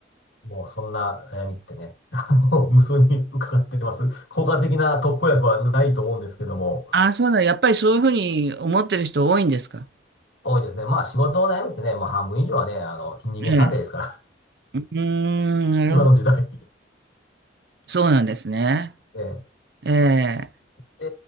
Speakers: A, on the left (about 80°); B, on the right (about 60°).
A: う、もうそんな悩みってね、<laughs> あの無数に伺っています。効果的な特効薬はないと思うんですけども、
B: ああ、そうなの。やっぱりそういうふうに思ってる人多いんですか
A: 多いですね。まあ仕事の悩みってね、もう半分以上はね、あの、人間関係ですから、
B: ええ。うーん、なるほど。
A: 今の時代。
B: そうなんですね。
A: ええ
B: ええ。
A: え